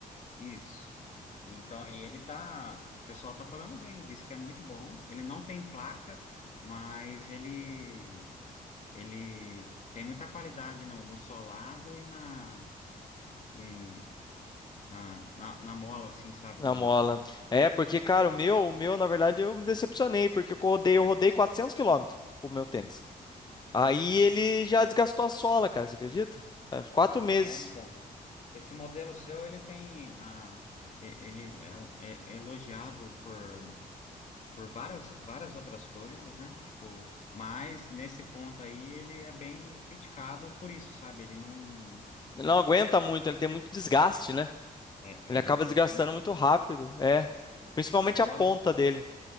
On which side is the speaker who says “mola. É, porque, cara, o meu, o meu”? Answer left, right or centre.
Left